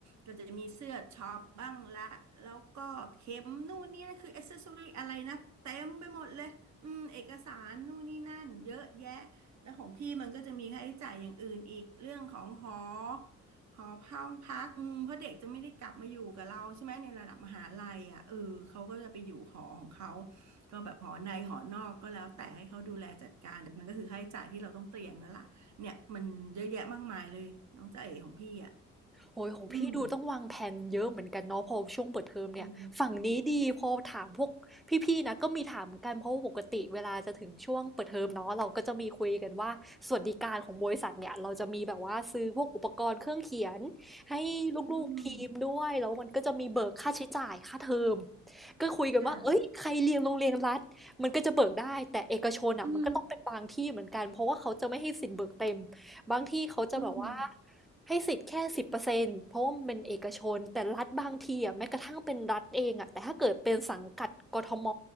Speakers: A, on the right; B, in the centre.
A: ก็จะมีเสื้อช็อปบ้างละแล้วก็เข็มนู่นนี่นะคืออ c เซสซอรี่อะไรนะเต็มไปหมดเลยอืมเอกสารนู่นนี่นั่นเยอะแยะแล้วของพี่มันก็จะมีค่าใช้จ่ายอย่างอื่นอีกเรื่องของหอ หอห้องพักอืมเพราะเด็กจะไม่ได้กลับมาอยู่กับเราใช่ไหมในระดับมหาลัยอ่ะเออเขาก็จะไปอยู่หอของเขาก็แบบหอในหอนอกก็แล้วแต่ให้เขาดูแลจัดการแต่มันก็คือค่าใช้จ่ายที่เราต้องเตรียมแล้วล่ะเนี่ยมันเยอะแยะมากมายเลยน้องจ๊ะเอ๋ของพี่อ่ะ
B: โอ้ยของพี่ดูต้องวางแผนเยอะเหมือนกันเนาะพอช่วงเปิดเทอมเนี่ยฝั่งนี้ดีพอถามพวก
A: อืมอืม
B: พี่ๆนะก็มีถามกันเพราะว่าปกติเวลาจะถึงช่วงเปิดเทอมเนาะเราก็จะมีคุยกันว่าสวัสดิการของบริษัทเนี่ยเราจะมีแบบว่าซื้อพวกอุปกรณ์เครื่องเขียนให้ลูกๆทีมด้วยแล้วมันก็จะมีเบิกค่าใช้จ่ายค่าเทอม
A: อืม
B: ก็คุยกันว่าเอ้ยใครเรียนโรงเรียนรัฐมันก็จะเบิกได้
A: ค่ะ
B: แต่เอกชนอ่ะมันก็ต้องเป็นบางที่เหมือนกันเพราะว่าเขาจะไม่ให้สิทธิ์เบิกเต็ม
A: อืม
B: บางที่เขาจะแบบว่า
A: อืม
B: ให้สิทธิ์แค่สิบเปอร์เซ็นต์เพราะว่ามันเป็นเอกชนแต่รัฐบางทีอ่ะแม้กระทั่งเป็นรัฐเองอ่ะแต่ถ้าเกิดเป็นสังกัดกทม